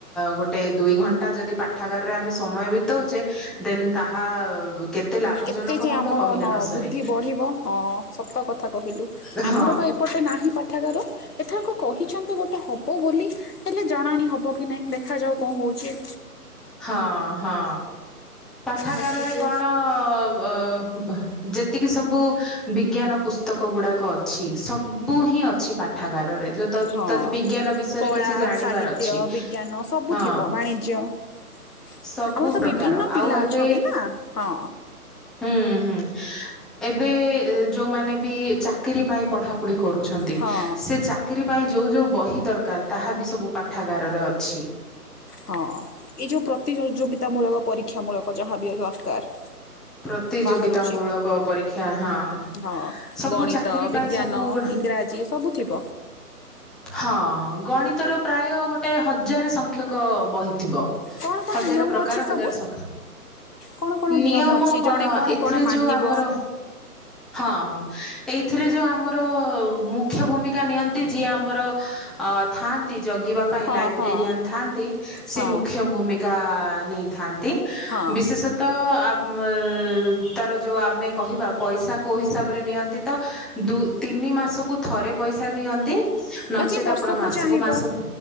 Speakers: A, in the centre; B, on the left.
A: ଗୋଟେ ଦୁଇ ଘଣ୍ଟା ଯଦି ପାଠାଗାରରେ ଆମେ ସମୟ ବିତଉଛେ ଦେନ୍ ତାହା କେତେ ଲାଭଜନକ
B: କେତେ ଯେ
A: ହବ
B: ଆମର
A: କହିଲେ ନ ସରେ
B: ବୁଦ୍ଧି ବଢିବ ହଁ ସତ କଥା କହିଲୁ
A: ହଁ
B: ଆମର ବା ଏପଟେ ନାହିଁ ପାଠାଗାର। ଏଥରକ କହିଛନ୍ତି ଗୋଟେ ହବ ବୋଲି। ହେଲେ ଜଣାଣି ହବ କି ନାଇଁ ଦେଖାାଯାଉ କଣ ହଉଛି।
A: ହଁ ହଁ ପାଠାଗାରରେ
B: ବସୁଛୁ
A: କଣ? ଅ ଯେତିକି ସବୁ ବିଜ୍ଞାନ ପୁସ୍ତକ ଗୁଡାକ ଅଛି ସବୁ ହିଁ ଅଛି ପାଠାଗାରରେ। ଯୋଉ ତ
B: ହଁ
A: ତତେ ବିଜ୍ଞାନ ବିଷୟରେ
B: କଳା
A: କିଛି ଜାଣିବାର
B: ସାହିତ୍ୟ
A: ଅଛି
B: ବିଜ୍ଞାନ ସବୁ
A: ହଁ
B: ଥିବ ବାଣିଜ୍ୟ ଆମର
A: ସବୁ
B: ତ
A: ପ୍ରକାର
B: ବିଭିନ୍ନ ପିଲା
A: ଆଉ ଏବେ
B: ଅଛନ୍ତି ନା ହଁ।
A: ହୁଁ ହୁଁ ଏବେ ଯୋଉମାନେ ବି ଚାକିରି ପାଇଁ ପଢାପଢି କରୁଛନ୍ତି
B: ହଁ
A: ସେ ଚାକିରି ପାଇଁ ଯୋଉ ଯୋଉ ବହି ଦରକାର ତାହା ବି ସବୁ ପାଠାଗାରରେ ଅଛି।
B: ହଁ ଏଇ ଯୋଉ ପ୍ରତିଯୋଗିତା ମୂଳକ ପରୀକ୍ଷା ମୂଳକ ଯାହାବ ଦରକାର।
A: ପ୍ରତିଯୋଗିତାମୂଳକ
B: ବାହାରୁଛି
A: ପରୀକ୍ଷା ହଁ
B: ହଁ
A: ସବୁ
B: ଗଣିତ
A: ଚାକିର
B: ବିଜ୍ଞାନ
A: ପାଇଁ ସବୁ ଗୁଡ
B: ଇଂରାଜୀ ସବୁ ଥିବ
A: ହଁ ହଁ ଗଣିତର ପ୍ରାୟ ଗୋଟେ ହଜାର ସଂଖ୍ୟକ ବହିଥିବ।
B: କ'ଣ କ'ଣ
A: ହଜାର
B: ନିୟମ
A: ପ୍ରକାର
B: ଅଛି
A: ହଜାର
B: ସବୁ
A: ସଂଖ୍ୟା
B: କ'ଣ କ'ଣ
A: ନିୟମ।
B: ଅଛି
A: କଣ
B: ଜଣେ
A: ଏଥିରେ
B: କ'ଣ ମାନିବ
A: ଯୋଉ ଆମର ହଁ ହଁ ଏଇଥିରେ ଯୋଉ ଆମର ମୁଖ୍ୟ ଭୂମିକା ନିଅନ୍ତି ଯିଏ ଆମର ଅ ଥାଆନ୍ତି ଜଗିବା ପାଇଁ
B: ହଁ
A: ଲାଇବ୍ରେରିଆନ୍
B: ହଁ
A: ଥାଆନ୍ତି ସେ
B: ହଁ
A: ମୁଖ୍ୟ ଭୂମିକା ନେଇଥାନ୍ତି।
B: ହଁ
A: ବିଶେଷତଃ ଉ ତାର ଯୋଉ ଆମେ କହିବା ପଇସା କୋଉ ହିସାବରେ ନିଅନ୍ତି ତ ଦୁ ତିନି ମାସକୁ ଥରେ ପଇସା ଦିଅନ୍ତି
B: ବା
A: ନଚେତ
B: ଯିଏ ବର୍ଷକୁ
A: ଆପଣ ମାସକୁ
B: ଚାହିଁବ
A: ମାସ ହୁଁ